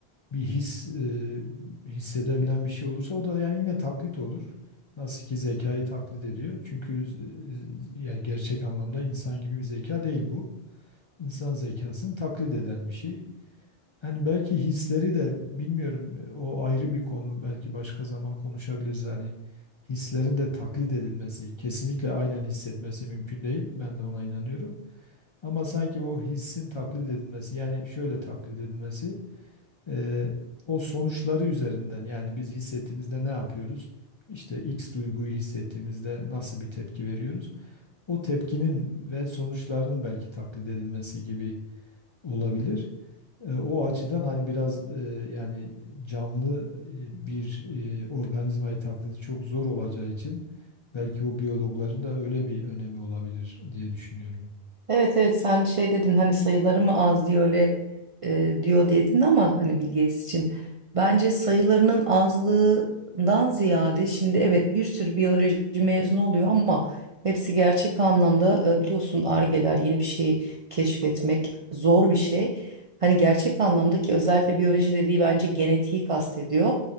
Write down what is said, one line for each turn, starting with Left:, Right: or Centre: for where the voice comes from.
Left: bir his e, hissedebilen bir şey olursa o da yani yine taklit olur. Nasıl ki zekayı taklit ediyor. Çünkü z- z- yani gerçek anlamda insan gibi bir zeka değil bu. İnsan zekasını taklit eden bir şey. Hani belki hisleri de bilmiyorum e, o ayrı bir konu. Belki başka zaman konuşabiliriz hani. Hislerin de taklit edilmesi, kesinlikle aynen hissetmesi mümkün değil. Ben de ona inanıyorum. Ama sanki o hissin taklit edilmesi yani şöyle taklit edilmesi Eee, o sonuçları üzerinden yani biz hissettiğimizde ne yapıyoruz? İşte X duyguyu hissettiğimizde nasıl bir tepki veriyoruz? O tepkinin ve sonuçlarının belki taklit edilmesi gibi olabilir. Eee, o açıdan hani biraz eee, yani canlı eee, bir eee, organizmayı taklidi çok zor olacağı için belki o biyologların da öyle bir önemi olabilir diye düşünüyorum.
Right: Evet evet sen şey dedin hani sayıları mı az diye öyle e, diyor diye dedin ama hani Bill Gates için bence sayılarının azlığından ziyade şimdi evet bir sürü biyoloji mezunu oluyor ama hepsi gerçek anlamda e, biliyorsun argeler yeni bir şey keşfetmek zor bir şey. Hani gerçek anlamdaki özellikle biyoloji dediği bence genetiği kastediyor.